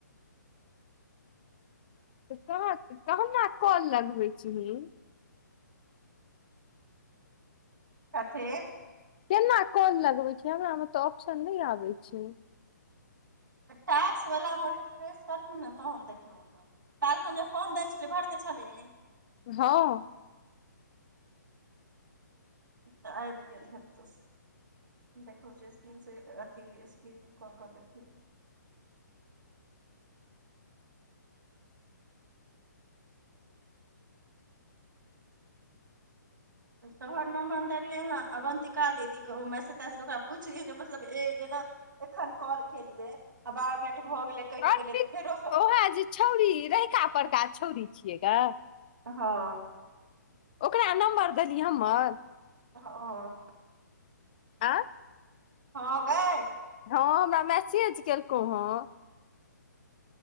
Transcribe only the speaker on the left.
त कहाँ कहना कॉल लगबै छीहिन
केना कॉल लगबे छै हमरा मे तऽ ऑप्शन नहि आबे छै
हँ
अर्पित
ओएह जे छौरी रहिका परड़का छौरी छियै गे
ओकरा नम्बर देलीह हमर
आ
हँ हमरा मैसेज केलकौ हँ